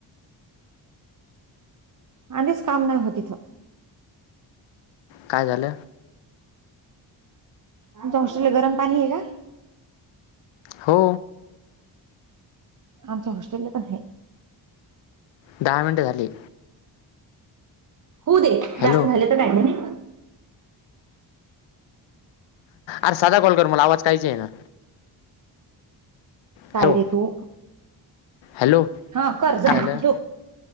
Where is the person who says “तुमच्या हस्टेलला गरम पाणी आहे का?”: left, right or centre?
Right